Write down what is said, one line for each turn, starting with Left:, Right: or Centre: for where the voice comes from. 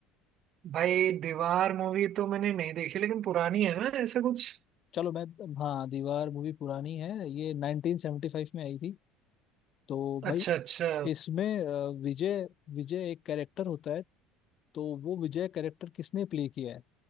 Right: भाई दीवार मूवी तो मैंने नहीं देखी लेकिन पुरानी है ना ऐसा कुछ
Left: चलो मैं हाँ दीवार मूवी पुरानी है ये 1975 में आई थी तो भाई
Right: अच्छा अच्छा
Left: इसमें अ, विजय विजय एक कैरेक्टर होता है तो वो विजय कैरेक्टर किसने प्ले किया है